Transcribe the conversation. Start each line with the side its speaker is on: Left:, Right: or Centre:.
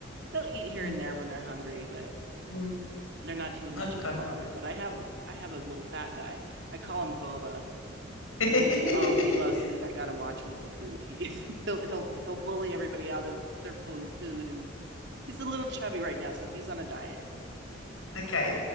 Right: they'll eat here
Left: mm,
Right: and there when they're hungry, but
Left: mm.
Right: they're not too much
Left: Okay.
Right: of a bother. But I have I have a little fat guy. I call him Boba, and
Left: <laughs>
Right: he, he oh he loves food. I gotta watch him with the food. He <laughs> he'll he'll he'll bully everybody out of their food food, and he's a little chubby right now, so he's on a diet.
Left: Okay.